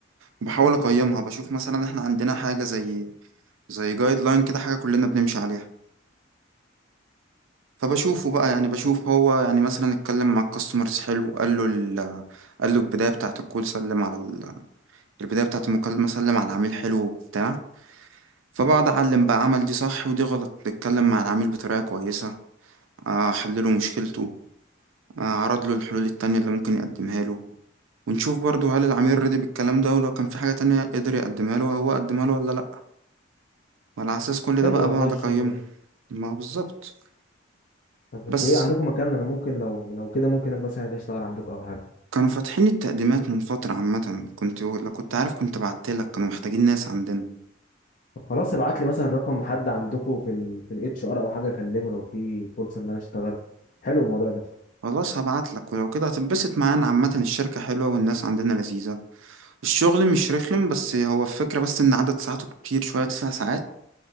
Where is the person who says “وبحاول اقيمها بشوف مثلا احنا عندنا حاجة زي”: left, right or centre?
Right